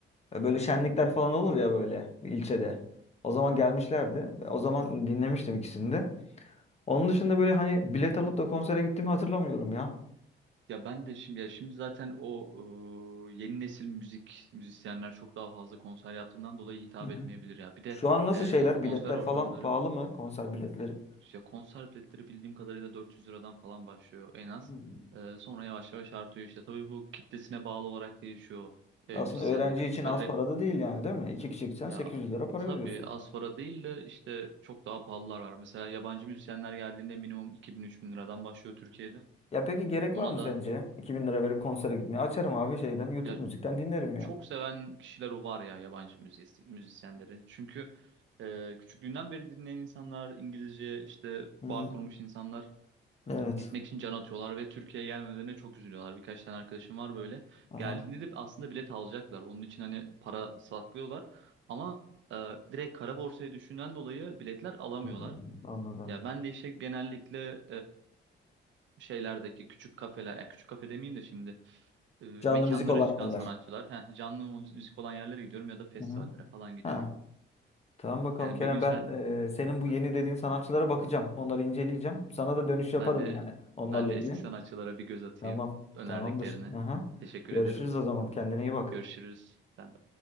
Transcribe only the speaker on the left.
E, Böyle şenlikler falan olur ya böyle bir ilçede. O zaman gelmişlerdi. Ve O zaman dinlemiştim ikisini de. Onun dışında böyle hani bilet alıp da konsere gittiğimi hatırlamıyorum ya.
Hı hı.
Şu an nasıl
şeyler?
Biletler
falan pahalı mı? Konser biletleri.
Hı
Aslında
öğrenci için
az
para da değil yani değil mi? İki kişi gitsen
800 lira para
veriyorsun.
Ya peki gerek
var mı
sence? 2000 lira verip konsere gitmeye. Açarım abi şeyden YouTube
müzikten dinlerim ya.
Hı hı.
Evet.
Aha
Hmm, anladım. anladım.
Canlı müzik olan
yerler.
Hı hı.
Ha. Tamam bakalım
Kerem
ben e, senin bu
yeni dediğin sanatçılara bakacağım. Onları inceleyeceğim. Sana da dönüş yaparım
yani onlarla
ilgili.
Tamam.
Tamamdır. Aha.
Görüşürüz
o zaman. Kendine iyi bak.